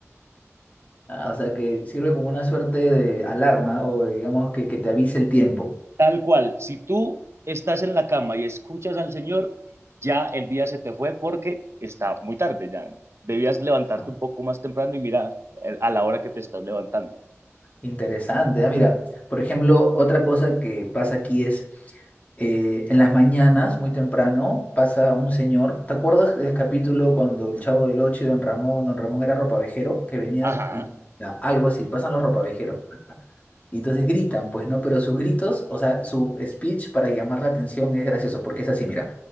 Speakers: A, on the left; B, on the right.
A: Ah, o sea, que sirve como una suerte de alarma o digamos que, que te avise el tiempo.
B: Tal cual, si tú estás en la cama y escuchas al Señor, ya el día se te fue porque está muy tarde, ya debías levantarte
A: Ah,
B: un poco más temprano y mira eh, a la hora que te estás levantando.
A: interesante. Ah, mira, por ejemplo, otra cosa que pasa aquí es eh, en las mañanas, muy temprano, pasa un señor. ¿Te acuerdas del capítulo cuando el Chavo del Ocho y Don Ramón, Don Ramón era ropavejero, que venía
B: Ajá.
A: y ya, algo así, pasan los ropavejeros. Y entonces gritan, pues, ¿no? Pero sus gritos, o sea, su speech para llamar la atención es gracioso, porque es así, mira.